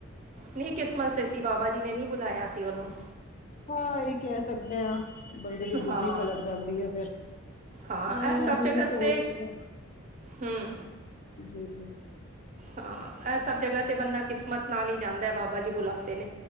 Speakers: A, on the right; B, on the left.
A: ਨਿ ਕਿਸਮਤ ਤੇ ਸੀ ਬਾਬਾ ਜੀ ਨੇ ਨਹੀ ਬੁਲਾਇਆ ਸੀ ਉਹਨੂੰ।
B: ਹਾਂ ਇਹੀ ਕਹਿ ਸਕਦੇ ਹਾਂ। ਬੰਦੇ ਦੀ ਬੁੱਧੀ
A: ਹਾਂ
B: ਪਲਟ ਜਾਂਦੀ ਹੈ ਫੇਰ,
A: ਹਾਂ
B: ਨਹੀਂ
A: ਇਹ ਸਭ
B: ਅਸੀਂ
A: ਜਗ੍ਹਾ
B: ਵੀ ਸੋਚਦੇ
A: ਤੇ ਹੂੰ
B: ਜੀ-ਜੀ।
A: ਹਾਂ ਇਹ ਸਭ ਜਗਾ ਤੇ ਬੰਦਾ ਕਿਸਮਤ ਨਾਲ ਹੀ ਜਾਂਦਾ ਬਾਬਾ ਜੀ ਬੁਲਾਉਦੇ।